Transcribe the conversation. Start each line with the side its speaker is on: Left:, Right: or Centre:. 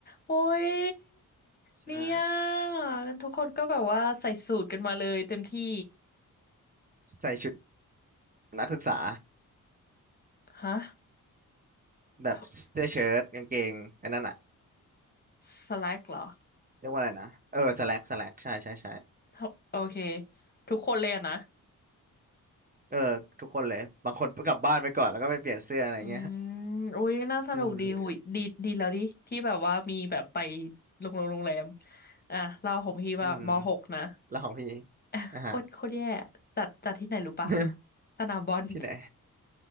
Left: โอ้ย
Right: ใช่
Left: เนี่ยงั้นทุกคนก็แบบว่าใส่สูทกันมาเลยเต็มที่
Right: ใส่ชุดนักศึกษา
Left: ฮะ
Right: แบบเสื้อเชิ้ตกางเกงไอ้นั่นอ่ะ
Left: ทำสแลกเหรอ
Right: เรียกว่าอะไรนะเออสแลกสแลกใช่ใช่ใช่
Left: ทำโอเคทุกคนเลยอะนะ
Right: เออทุกคนเลยบางคนกลับบ้านไปก่อนแล้วก็ไปเปลี่ยนเสื้ออะไรเงี้ย
Left: อืมโอุ้ยน่าสนุกดีหุยดีดีแล้วดิที่แบบว่ามีแบบไป
Right: อืม
Left: โรงแรมโรงแรมอ่ะเล่าของพี่บ้างมหกนะ
Right: อืมแล้วของพี่
Left: <laughs> อ่ะโคตรโคตรแย่
Right: อ่ะฮะ
Left: จัดจัดที่ไหนรู้ปะ
Right: <laughs>
Left: สนามบอล
Right: ที่ไหน